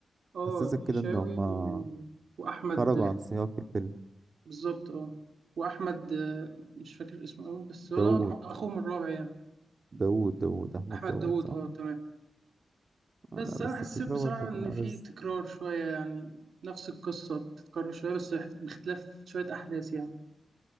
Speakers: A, on the right (about 80°); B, on the right (about 45°).
A: اه
B: حسسك كده
A: فيشاوي
B: ان هما
A: و... واحمد
B: خرجوا عن سياق الفيلم
A: بالظبط اه واحمد آه، مش فاكر اسمه قوي بس هو
B: داوود
A: دوت اخوه من الرابع يعني
B: داوود داوود احمد
A: احمد
B: داوود
A: داوود
B: صح
A: اه تمام
B: آه
A: بس
B: لا
A: انا
B: بس
A: حسيت
B: الفيشاوي
A: بصراحه
B: برضو
A: ان
B: كان
A: في
B: ألذ
A: تكرار شويه يعني نفس القصه بتتكرر شويه بس باختلاف شويه احداث يعني